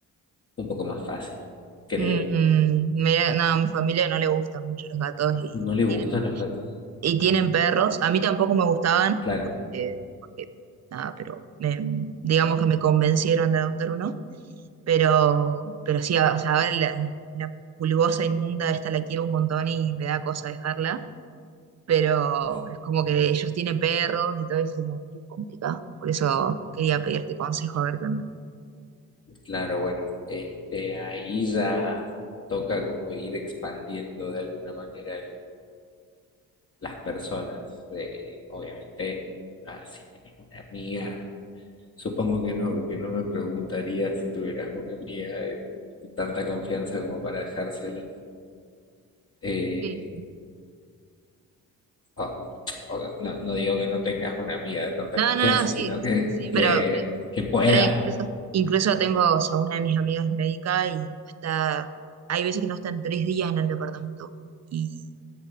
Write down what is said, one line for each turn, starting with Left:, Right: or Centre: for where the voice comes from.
Left: un poco más fácil, creo.
Right: Mm, me- no, a mi familia no le gustan mucho los gatos y
Left: No le
Right: tienen
Left: gustan los gatos.
Right: y tienen perros. A mí tampoco me gustaban,
Left: Claro,
Right: porque, porque nada, pero me- digamos que me convencieron de adoptar uno. Pero, pero sí, o sea, ahora la, la pulgosa inmunda esta la quiero un montón y me da cosa dejarla. Pero
Left: es-
Right: es como que ellos tienen perros y todo eso no, es complicado. Por eso quería pedirte consejo a ver qué onda.
Left: claro, bueno, este, ahí ya toca como ir expandiendo de alguna manera el- las personas. Eh, obviamente, ah, si tenés una amiga, supongo que no, que no me preguntaría si tuvieras una amiga de tanta confianza como para dejársela. Eh,
Right: Sí.
Left: o- o no, no digo que no tengas una amiga de tanta
Right: No,
Left: confianza,
Right: no, no, sí,
Left: sino que,
Right: sí,
Left: que,
Right: pero,
Left: que pueda.
Right: Pero incluso, incluso tengo, o sea, una de mis amigas es médica y está, hay veces que no están tres días en el departamento. Y,